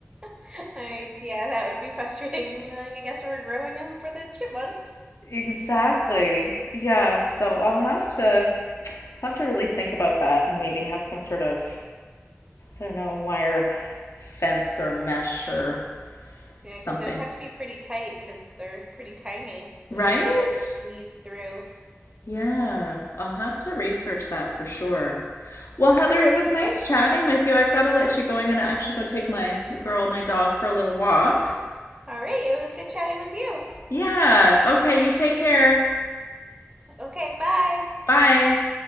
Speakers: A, on the right (about 20°); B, on the left (about 85°).
A: <laughs> I yeah, that would be frustrating. <laughs> Like I guess we're growing them for the chipmunks.
B: Exactly. Yeah. So I'll have to have to really think about that, and maybe have some sort of I don't know wire fence or mesh or
A: Yeah,
B: something.
A: because it would have to be pretty tight because they're pretty tiny.
B: Right?
A: I'm sure they could squeeze through.
B: Yeah, I'll have to research that for sure. Well, Heather, it was nice chatting with you. I've got to let you go. I'm going to actually go take my girl, my dog, for a little walk.
A: All right, it was good chatting with you.
B: Yeah. Okay. You take care.
A: Okay, bye.
B: Bye.